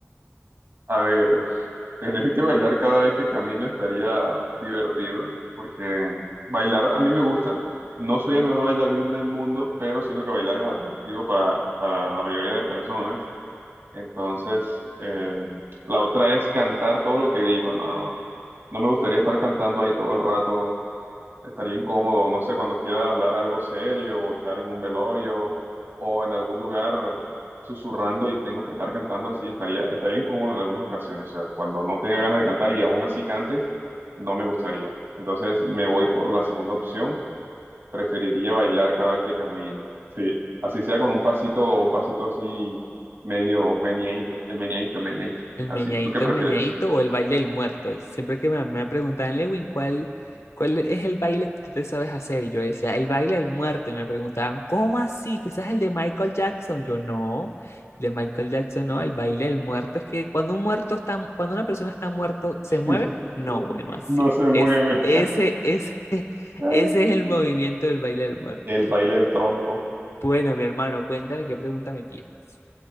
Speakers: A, on the right (about 55°); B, on the left (about 75°).
A: A ver, tener que bailar cada vez que camino estaría divertido, porque bailar a mí me gusta. No soy el mejor bailarín del mundo, pero siento que bailar es atractivo para, para la mayoría de personas. Entonces, eh, la otra es cantar todo lo que digo. No, no me gustaría estar cantando ahí todo el rato Estaría incómodo, no sé, cuando quiera hablar algo serio o estar en un velorio o en algún lugar susurrando y tengo que estar cantando así, estaría, estaría incómodo en algunas ocasiones. O sea, cuando no tenga ganas de cantar y aún así cante, no me gustaría. Entonces me voy por la segunda opción. Preferiría bailar cada vez que camino. Sí, así sea con un pasito, un pasito así medio meneadito, el meneadito, el meneadito.
B: El
A: Así,
B: meneadito,
A: ¿tú qué prefieres?
B: el meneadito o el baile del muerto. Siempre que me, me preguntaban, Lewin, ¿cuál, cuál es el baile que tú te sabes hacer? Y yo decía, el baile del muerto. Y me preguntaban, ¿cómo así? ¿Te sabes el de Michael Jackson? Yo no, el de Michael Jackson no, el baile del muerto es que cuando un muerto está, cuando una persona está muerto, ¿se
A: <laughs>
B: mueve? No, bueno, así.
A: No se mueve.
B: Es, ese, ese, <laughs>
A: <laughs>
B: ese es el movimiento del baile del muerto.
A: El baile del tronco.
B: Bueno, mi hermano, cuéntame qué pregunta me tienes.